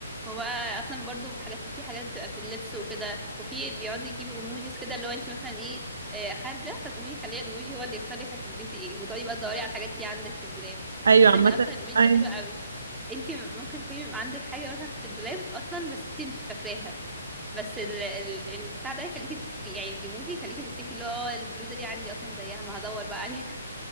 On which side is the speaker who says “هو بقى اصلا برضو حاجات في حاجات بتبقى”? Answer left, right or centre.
Centre